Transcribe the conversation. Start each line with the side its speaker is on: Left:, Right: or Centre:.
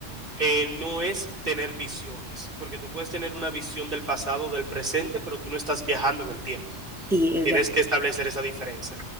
Right: eh, no es tener visiones, porque tú puedes tener una visión del pasado, o del presente, pero tú no estás viajando en el tiempo.
Centre: sí, es
Right: Tienes
Centre: verdad.
Right: que establecer esa diferencia.